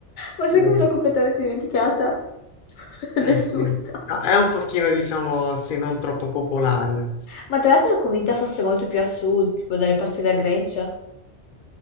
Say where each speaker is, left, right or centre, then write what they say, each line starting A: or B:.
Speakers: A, on the left; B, on the left.
A: Ma sai
B: Eh
A: che me l'ho completamente dimenticata <laughs>
B: eh
A: del
B: sì,
A: tutto.
B: No, è un pochino, diciamo, sì, non troppo popolare.
A: Ma tra l'altro ero convinta fosse molto più a sud, tipo dalle parti della Grecia.